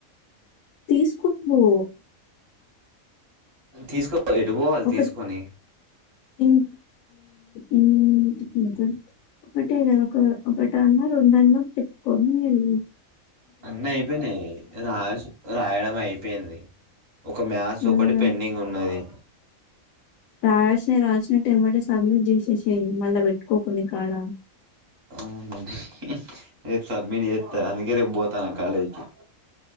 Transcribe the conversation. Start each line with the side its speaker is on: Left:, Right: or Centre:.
Left: తీసుకుంది
Right: తీసుకో ఎటుబోవాలె
Left: ఒక
Right: తీసుకొని
Left: ఇం ఇంటికి ఒకటే ఒక ఒకట అన్న రెండు అన్న చెప్పుకొని మీరు
Right: అన్ని అయిపోయినా రాస్ రాయడం అయిపోయి యింది ఒక మ్యాస్
Left: ఆ
Right: ఒకటి పెండింగ్ ఉన్నది
Left: టయర్స్ ని రాల్సినట్టు ఏమంటే సబ్మిట్ జీన్సేసేయి మళ్ళా పెట్టుకోకుండా ఇ కాడ
Right: అవునండి రేపు సబ్మిట్ జేత్త అందుకే రేపు పోతాన కాలేజ్ కి